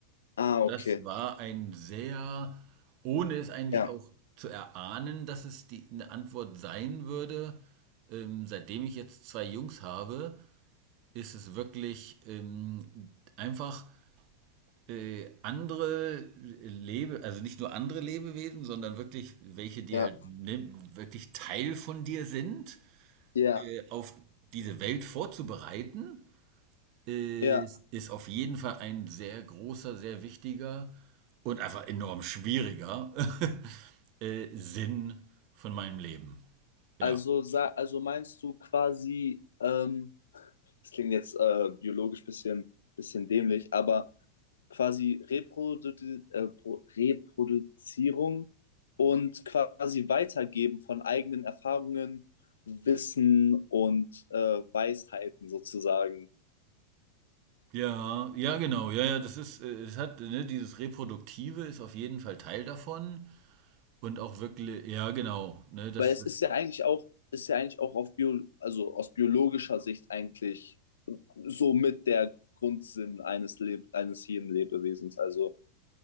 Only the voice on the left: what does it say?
ah,
okay.
Ja,
ja,
ja,
ja.
Also, sa- also meinst du quasi, ähm, das klingt jetzt äh, biologisch bisschen, bisschen dämlich, aber. quasi Reprodu äh, Reproduzierung und quasi Weitergeben von eigenen Erfahrungen, Wissen und äh, Weisheiten sozusagen.
Weil es
ist ja eigentlich auch, ist ja eigentlich auch auf Bio, also aus biologischer Sicht eigentlich so mit der Grundsinn eines, Le eines jeden Lebewesens. Also